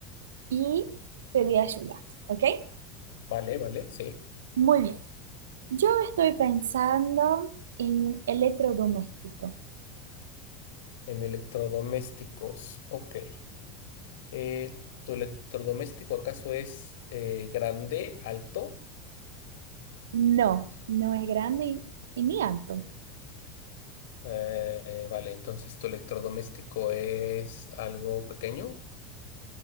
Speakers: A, on the right (about 70°); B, on the left (about 65°).
A: y pedir ayuda, ¿ok?
B: vale, vale, sí.
A: Muy bien. Yo estoy pensando en electrodoméstico.
B: En electrodomésticos, ok. Eh, ¿tu electrodoméstico acaso es eh, grande, alto?
A: No, no es grande y, y ni alto.
B: Eh, vale, entonces tu electrodoméstico es algo pequeño.